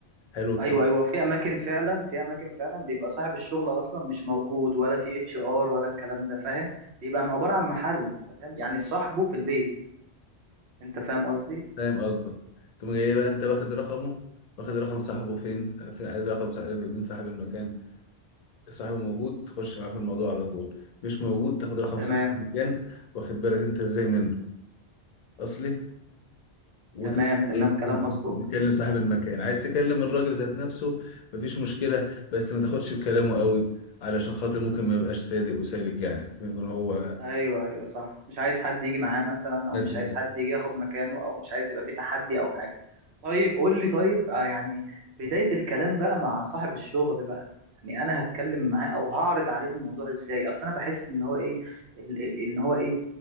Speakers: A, on the left; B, on the right.
A: حلو الكلام
B: ايوه ايوه في اماكن فعلا في اماكن فعلا بيبقى صاحب الشغل اصلا مش موجود ولا في اتش ار ولا الكلام ده فاهم بيبقى عباره عن محل فاهم يعني صاحبه في البيت انت فاهم قصدي
A: فاهم قصدك تقوم جاي بقى انت واخد رقمه واخد رقم صاحبه فين آه، فين عايز رقم صاحب مين صاحب المكان صاحبه موجود تخش معاه في الموضوع على طول مش موجود تاخد رقم
B: تمام
A: صاحب المكان واخد بالك انت ازاي منه اصلي وتبقى
B: تمام تمام
A: ايه
B: كلام مظبوط
A: تكلم صاحب المكان عايز تكلم الراجل ذات نفسه مفيش مشكلة بس ما تاخدش بكلامه قوي علشان خاطر ممكن ما يبقاش صادق وسالك يعني ممكن يكون هو
B: ايوه ايوه صح مش عايز حد يجي معاه مثلا او
A: مثلا
B: مش عايز حد يجي ياخد مكانه او مش عايز يبقى في تحدي او حاجه طيب قول لي طيب آه يعني بدايه الكلام بقى مع صاحب الشغل بقى يعني انا هتكلم معاه او هعرض عليه الموضوع ازاي اصل انا بحس ان هو ايه ال- ال- ان هو ايه